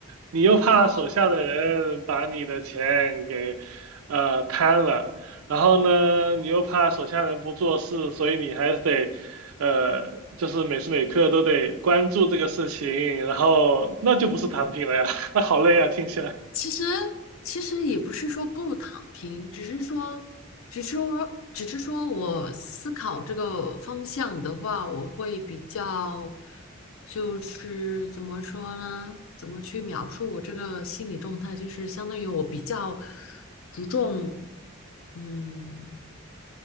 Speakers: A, on the right (about 80°); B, on the left (about 70°).
A: 你又怕手下的人把你的钱给呃贪了，
B: 啊，
A: 然后呢，你又怕手下人不做事，所以你还得呃，就是每时每刻都得关注这个事情，然后那就不是躺平了呀，
B: 对。
A: <laughs> 那好累啊，听起来。
B: 其实其实也不是说不躺平，只是说，只是说，只是说我思考这个方向的话，我会比较，就是怎么说呢？怎么去描述我这个心理状态？就是相当于我比较注重，嗯。